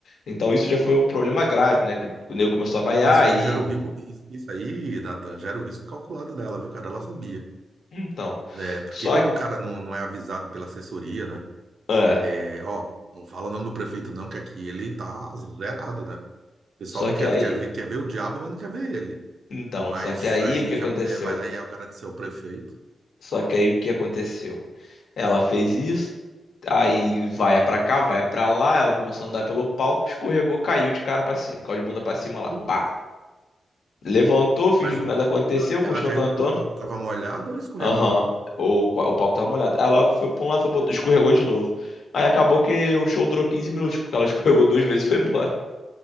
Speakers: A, on the left; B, on the right.
A: Então, isso já foi um problema grave, né? Que o nego começou a vaiar
B: E Isso aí
A: e
B: gera o risco, isso isso aí, Nathan, gera o risco calculado dela, viu, cara? Ela sabia,
A: Então,
B: né? Porque
A: só
B: quando
A: que,
B: o cara não, não é avisado pela assessoria, né?
A: é,
B: É, ó, não fala o nome do prefeito não, que aqui ele tá zerado, né? O pessoal
A: só
B: não
A: que
B: quer,
A: aí,
B: quer ver, quer ver o diabo, mas não quer ver ele.
A: então,
B: Mas
A: só que aí
B: aí
A: o que aconteceu?
B: a mulher vai lá e agradeceu ao prefeito.
A: Só que aí o que aconteceu? Ela fez isso, aí vai pra cá, vai pra lá, ela começou a andar pelo palco, escorregou, caiu de cara pra cima, caiu de bunda pra cima lá.
B: Putz,
A: Bah. Levantou, fingiu
B: mas
A: que
B: o-
A: nada aconteceu,
B: ela
A: continuou
B: caiu
A: cantando.
B: porque o palco tava molhado ou escorregou
A: Aham.
B: mesmo?
A: O, o palco tava molhado. Ela foi pra um lado, foi pro outro, escorregou
B: Tá bem feito.
A: de novo. Aí acabou que o show durou 15 minutos, porque ela <laughs> escorregou duas vezes e foi embora.